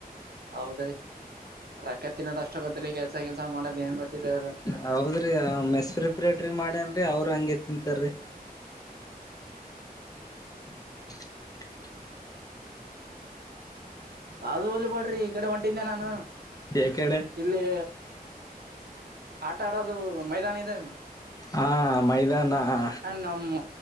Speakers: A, on the right; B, on the left.
A: ಹೌದ್ರೀ ರೊಕ್ಕ ತಿನ್ನೋದ್ ಅಷ್ಟ ಗೊತ್ತರಿ ಕೆಲ್ಸ ಗಿಲ್ಸಾ ಮಾಡೋದ್ ಏನ್ ಗೊತ್ತಿಲ್ಲ ಇವರಗ.
B: ಹೌದ್ರಿ ಮೆಸ್ ರಿಪ್ರೆಟ್ರಿ ಮಾಡ್ಯಾನ್ರಿ ಅವರು ಅಂಗೆ ತಿಂತಾರಿ. <inaudible>
A: ಅದು ಹೋಲಿಬಿಡ್ರಿ ಈ ಕಡೆ ಹೊಂಟಿದ್ನೆ ನಾನು
B: ಯಕಡೆ
A: ಇಲ್ಲೀ ಆಟ ಆಡೋದು ಮೈದಾನ ಇದೆ ಅಲ್ಲಾ
B: ಹಾ. ಮೈದಾನ <unintelligible> ನಮ್ಮ
A: ನಮ್ಮ